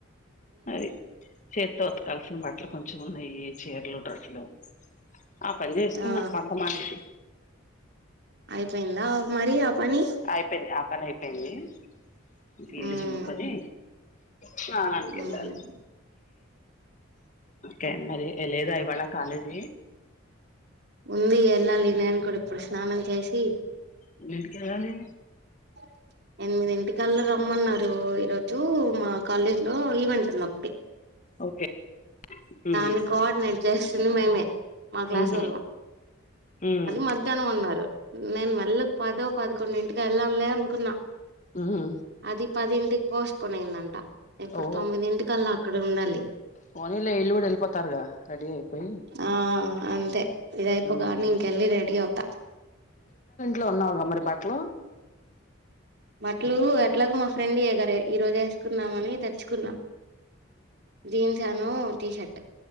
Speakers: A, on the left; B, on the right.
A: అది చేత్తో ఉతకాల్సిన బట్టలు కొంచెం ఉన్నాయి చీరలు డ్రస్లు ఆ పని చేసుకున్న
B: ఆ
A: వంట మానేసి
B: అయిపోయిందా మరి ఆ పని
A: అయిపోయింది ఆ పన అయిపోయింది ఇంక ఇల్లు
B: మ్
A: చిముకొని స్నాననికి
B: మ్
A: వెళ్ళాలి ఓకే మరి లేదా ఇవాళ కాలేజీ
B: ఉంది వెళ్ళాలి నేను కూడా ఇప్పుడు స్నానం చేసి
A: ఎన్నింటికెళ్లాలి
B: <inaudible> ఎనిమిది ఇంటికల్ల రమ్మన్నారు ఈరోజు మా కాలేజ్ లో ఈవెంట్ ఒకటి
A: ఓకే
B: దాన్ని
A: ఉమ్
B: కోఆర్డినేట్ చేస్తుంది మేమే మా క్లాసొల్లు
A: ఉహు ఉమ్
B: అది మధ్యాహ్నం అన్నారు నేను మెల్లగ్ పదో పదకొండు ఇంటికి ఎల్దాంలే అనుకున్నా
A: ఉహు
B: అది పదింటికి పోస్ట్పోన్ అయ్యిందంట ఇప్పుడు
A: ఓ
B: తొమ్మిదింటికల్లా అక్కడ ఉండాలి
A: పోనీలే ఇళ్లు కూడా వెళ్ళిపోతారుగా రెడీ అయిపోయి
B: ఆ అంతే ఇదయిపోగాని
A: ఉమ్
B: ఇంకెల్లి రెడీ అవుతా
A: లో ఉన్నవుగా మరి బట్లో
B: బట్లు ఎట్లాగ మా ఫ్రెండ్ ఎగరే ఈరోజు వేసుకున్నామని తెచ్చుకున్న జీన్స్ అను టీషర్ట్